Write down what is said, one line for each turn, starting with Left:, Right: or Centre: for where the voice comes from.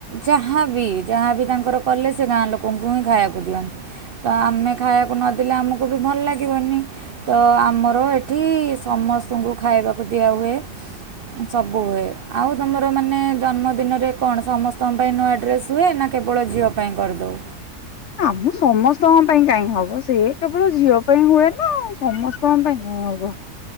Right: ଯାହା ବି ଯାହାବି ତାଙ୍କର କଲେ ସେ ଗାଁ ଲୋକଙ୍କୁ ହିଁ ଖାଇବାକୁ ଦିଅନ୍ତି। ତ ଆମେ ଖାଇବାକୁ ନଦେଲେ ଆମକୁ ବି ଭଲ ଲାଗିବନି। ତ ଆମର ଏଠି ସମସ୍ତଙ୍କୁ ଖାଇବାକୁ ଦିଆହୁଏ। ସବୁ ହୁଏ ଆଉ ତମର ମାନେ ଜନ୍ମଦିନରେ କଣ ସମସ୍ତଙ୍କ ପାଇଁ ନୂଆ ଡ୍ରେସ୍ ହୁଏ ନା କେବଳ ଝିଅ ପାଇଁ କରିଦେଉ?
Left: ଆମ ସମସ୍ତଙ୍କ ପାଇଁ କାହିଁକି ହବ ସେ କେବଳ ଝିଅ ପାଇଁ ହୁଏ ନା ସମସ୍ତ କଣ ପାଇଁ ନାଇଁ ହବ